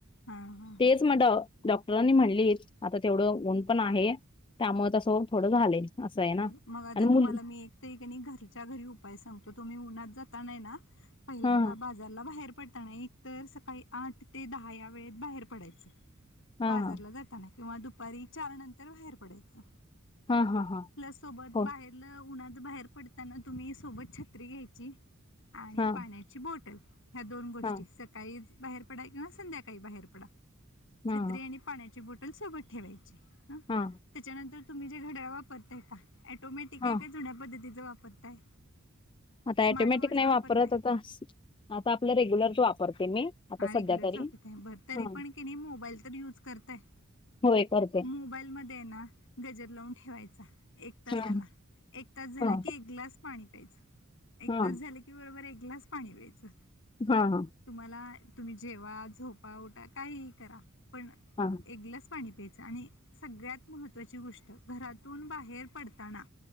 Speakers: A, on the left; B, on the left.
A: हा हा
B: तेच डॉक्टरांनी म्हणली आता तेवढं ऊन पण आहे त्यामुळे तसं थोडं झालंय असं आहे ना
A: बर मग आता
B: आणि मुली
A: तुम्हाला मी ते कनी घरच्या घरी उपाय सांगतो तुम्ही उन्हात जाताना हेना पहिल्यांदा
B: हा
A: बा घरला बाहेर पडताना एक तर सकाळी आठ ते दहा या वेळेत बाहेर पडायचं
B: हा
A: बाजारला
B: हा
A: जाताना किंवा दुपारी चार नंतर बाहेर पडायचं
B: हा हा हा
A: आपल्या सोबत
B: हो
A: बाहेरल, उन्हात बाहेर पडताना तुम्ही सोबत छत्री घ्यायची. आणि
B: हा
A: पाण्याची बॉटल ह्या दोन गोष्टीस
B: हा
A: सकाळीच बाहेर पडा किंवा संध्याकाळी बाहेर पडा.
B: हा
A: छत्री आणि पाण्याची बॉटल. तरी सोबत ठेवायची. हं
B: हा
A: त्याच्यानंतर तुम्ही जे घड्याळ वापरताय. का ऑटोमॅटिक
B: हा
A: आहे. काय जुन्या पद्धतीचं वापरताय.
B: आता
A: स्मार्ट
B: ऑटोमॅटिक
A: वॉच
B: नाही
A: वापरताय
B: वापरत आता, आता आपलं रेग्युलरच वापरते मी. आता
A: हा रेग्युलरच
B: सध्या तरी
A: वापरत आहे. बर, तरी
B: हा
A: पण की नाही, मोबाईल तर युज करताय.
B: होय करते
A: मोबाईल मध्ये आहे. ना गजर लावून ठेवायचा. एक तासाला
B: हा
A: एक तास झाला
B: हा
A: की, एक ग्लास पाणी प्यायचं. एक
B: हा
A: तास झालं की, बरोबर, एक ग्लास पाणी प्यायचं.
B: हा, हा
A: तुम्हाला, तुम्ही जेवा, झोपा, उठा, काहीही करा पण
B: हा
A: एक ग्लास पाणी प्यायचं. आणि सगळ्यात महत्त्वाची गोष्ट घरातून बाहेर पडताना